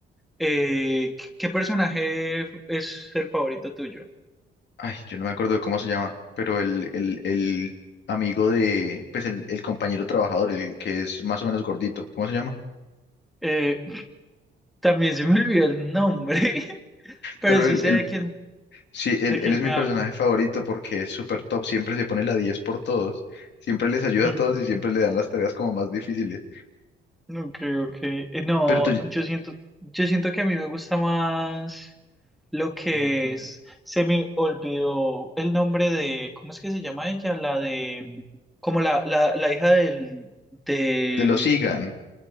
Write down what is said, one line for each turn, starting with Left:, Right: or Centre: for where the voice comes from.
Centre: Eh, ¿qué qué personaje es el favorito tuyo?
Left: Ay, yo no me acuerdo de cómo se llama, pero el, el, el amigo de, pues el, el compañero trabajador, el que es más o menos gordito, ¿cómo se llama?
Centre: Eh, también se me olvidó el nombre, <laughs> pero
Left: Pero
Centre: sí
Left: él,
Centre: sé
Left: él,
Centre: de quién,
Left: Sí, él,
Centre: de quién
Left: él es mi
Centre: me
Left: personaje
Centre: habla.
Left: favorito porque es súper top, siempre se pone la 10 por todos, siempre les ayuda
Centre: Ujú.
Left: a todos y siempre le dan las tareas como más difíciles.
Centre: Ok, ok. Eh, no,
Left: Pero tú-
Centre: yo siento, yo siento que a mí me gusta más. Lo que Mm, es, se me olvidó el nombre de, ¿cómo es que se llama ella? La de, como la, la, la hija del, de,
Left: te lo sigan,